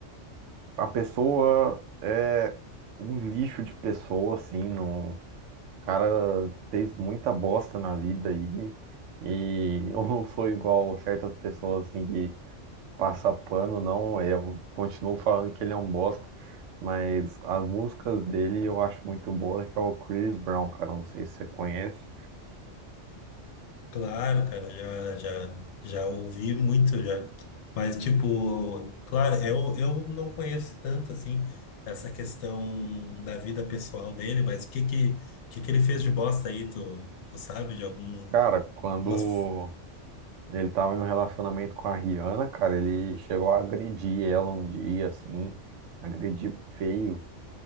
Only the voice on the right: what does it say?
a pessoa é um lixo de pessoa, assim. Não... O cara fez muita bosta na vida aí. E <laughs> eu não sou igual certas pessoas, assim, que passa pano, não. é, Eu continuo falando que ele é um bosta. Mas as músicas dele eu acho muito boa, que é o Chris Brown, cara. Não sei se você conhece.
Cara, quando
ele tava em um relacionamento com a Rihanna, cara, ele chegou a agredir ela um dia, assim, agredir feio.